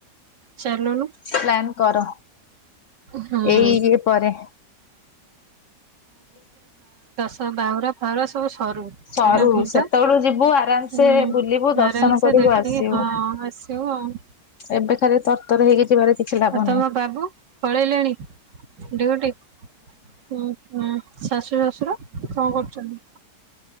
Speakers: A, on the right; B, on the left.
A: ଚାଲୁନୁ।
B: ପ୍ଲାନ୍ କର
A: ହୁଁ
B: ଏଇ ଇଏ ପରେ।
A: ତ ବାହୁରା ଫାହୁରା ସବୁ ସରୁ
B: ସରୁ
A: କାହିଁ ନା ଭିଡ଼
B: ସେତେବେଳୁ ଯିବୁ ଆରାମସେ
A: ହୁଁ
B: ବୁଲିବୁ ଦର୍ଶନ
A: ଆରାମ ସେ
B: କରିବୁ
A: ଦେଖିକି
B: ଆସିବୁ।
A: ହଁ ଆସ ଆସିବ ଆଉ।
B: ଏବେ ଖାଲି ତରତର ହେଇକି ଯିବାରେ କିଛି ଲାଭ
A: ଆଉ ତମ
B: ନାହିଁ
A: ବାବୁ ପଳେଇଲେଣି ଡ୍ୟୁଟି। ହୁଁ ହୁଁ ଶାଶୁ ଶଶୁର କଣ କରୁଛନ୍ତି?